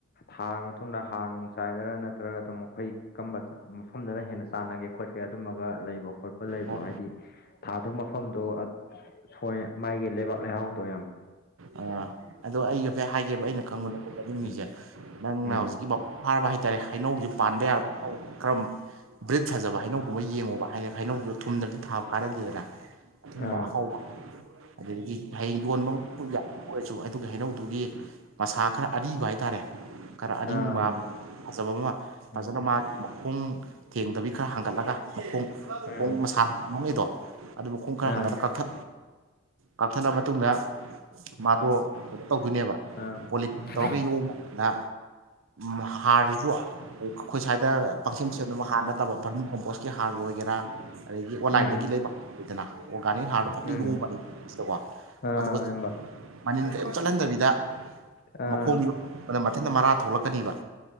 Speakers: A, on the left (about 50°); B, on the right (about 70°).
A: ꯊꯥꯔ ꯃꯇꯨꯡꯗ ꯍꯥꯔ ꯅꯨꯡ ꯆꯥꯏꯗꯔ ꯅꯠꯇ꯭ꯔꯒ ꯑꯗꯨꯝ ꯃꯈꯣꯏ ꯀꯔꯝꯕ ꯃꯐꯝꯗꯅ ꯍꯦꯟꯅ ꯆꯥꯟꯅꯒꯦ ꯈꯣꯠꯀꯦ ꯑꯗꯨꯃꯒ ꯂꯩꯕ ꯈꯣꯠꯄ ꯂꯩꯕ꯭ꯔꯣ
B: ꯑꯣ
A: ꯍꯥꯏꯗꯤ ꯊꯥꯗ ꯃꯐꯝꯗꯣ ꯁꯣꯏ ꯃꯥꯒꯤ ꯂꯩꯕꯥꯛ ꯂꯩꯍꯥꯎꯗꯣ ꯌꯥꯝ
B: ꯑꯥ ꯑꯗꯣ ꯑꯩꯁꯨ ꯍꯥꯏꯐꯦ ꯍꯥꯏꯒꯦꯕ ꯑꯩꯅ ꯈꯪꯕꯗ ꯍꯥꯏꯠꯅꯤꯡꯉꯤꯁꯦ
A: ꯎꯝ
B: ꯅꯪꯅ
A: ꯎꯝ
B: ꯍꯧꯖꯤꯛꯀꯤ ꯐꯥꯔꯕ ꯍꯥꯏꯇꯥꯔꯦ ꯍꯩꯅꯧꯁꯤ ꯄꯥꯟꯕ ꯌꯥꯔꯕꯧꯔ ꯕ꯭ꯔꯤꯠ ꯐꯖꯕ ꯍꯩꯅꯧꯒꯨꯝꯕ ꯌꯦꯡꯉꯣꯕ ꯍꯥꯏ ꯍꯩꯅꯧꯗꯨꯗꯣ ꯊꯨꯝꯗ꯭ꯔꯗꯤ ꯊꯥꯕ ꯀꯥꯟꯅꯗꯦꯗꯅ ꯑ ꯊꯨꯝꯕ
A: ꯑꯥ
B: ꯑꯍꯥꯎꯕ ꯑꯗꯨꯗꯒꯤ ꯍꯌꯦꯡ ꯌꯣꯟꯕ ꯄꯖꯥ ꯑꯣꯏꯔꯁꯨ ꯑꯗꯨꯒꯒꯤ ꯍꯩꯅꯧꯗꯨꯒꯤ ꯃꯁꯥ ꯈꯔ ꯑꯔꯤꯕ ꯍꯥꯏꯇꯥꯔꯦ ꯈꯔ ꯑꯅꯤꯡꯕ
A: ꯑꯥ
B: ꯐꯖꯕ ꯑꯃ
A: ꯎꯝ
B: ꯐꯖꯅ ꯃꯥ ꯃꯈꯣꯡ ꯊꯦꯡꯗꯕꯤ ꯈꯔ ꯍꯥꯡꯒꯠꯂꯒ ꯃꯈꯣꯡ
A: ꯎꯝ
B: ꯃꯈꯣꯡ ꯃꯁꯥ ꯅꯣꯡꯉꯩꯗꯣ ꯑꯗꯨ ꯃꯈꯣꯡ ꯈꯔ
A: ꯑꯥ
B: ꯍꯥꯡꯒꯠꯂꯒ ꯀꯛ ꯀꯥꯞꯊ ꯀꯥꯞꯊꯠꯂ ꯃꯇꯨꯡꯗ ꯃꯥꯗꯣꯣ ꯇꯧꯗꯣꯏꯅꯦꯕ
A: ꯑꯥ
B: ꯄꯣꯂꯤꯇꯤꯟ ꯇꯧꯔꯒ
A: ꯑꯥ
B: ꯌꯣꯗ ꯃꯍ ꯍꯥꯔ ꯌ ꯑꯩꯈꯣꯏ ꯁ꯭ꯋꯥꯏꯗ ꯄꯪꯁꯝ ꯁꯦꯝꯕ ꯍꯥꯔ ꯅꯠꯇꯕ ꯄꯪꯁꯝ ꯀꯝꯄꯣꯁꯀꯤ ꯍꯥꯔꯒ ꯑꯣꯏꯒꯦꯔꯥ ꯑꯗꯒꯤ ꯑꯣꯟꯂꯥꯏꯟꯗꯒꯤ
A: ꯎꯝ
B: ꯂꯩꯕꯗꯅ ꯑꯣꯔꯒꯥꯅꯤꯛ ꯍꯥꯔꯗꯣ ꯐꯖꯅ
A: ꯎꯝ
B: ꯌꯣꯕꯅꯤ ꯁꯤꯗꯀꯣ
A: ꯑꯥ
B: ꯑꯗꯨꯒ
A: ꯑꯌꯥꯝꯕ
B: ꯃꯅꯤꯟ ꯀꯔꯤꯝ ꯆꯠꯍꯟꯗꯕꯤꯗ
A: ꯑꯥ
B: ꯃꯈꯣꯡ ꯌꯣꯗ ꯃꯊꯟꯇ ꯃꯔꯥ ꯊꯣꯛꯂꯛꯀꯅꯤꯕ